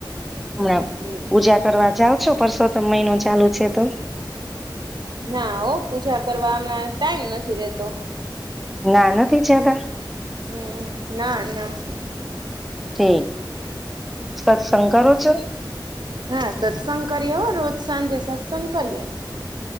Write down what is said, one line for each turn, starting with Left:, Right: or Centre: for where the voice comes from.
Centre: હમણા
Right: હમ
Centre: પૂજા કરવા જાવ શું પરસોતમ મહિનો ચાલુ છે તો.
Right: ના ઓ પૂજા કરવા હમણાં ટાઈમ નથી રેતો.
Centre: ના નથી જતા
Right: હમ, ના, ના.
Centre: ઠીક સત્સંગ કરો છો?
Right: હા સત્સંગ કરીએ હો રોજ સાંજે સત્સંગ કરીએ.